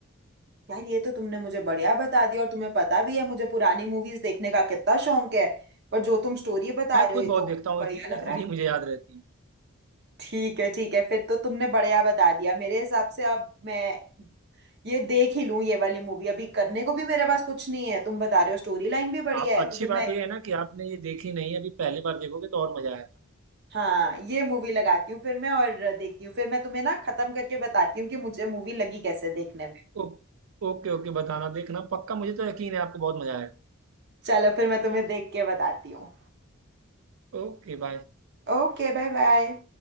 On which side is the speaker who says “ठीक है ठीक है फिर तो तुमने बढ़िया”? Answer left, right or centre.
Right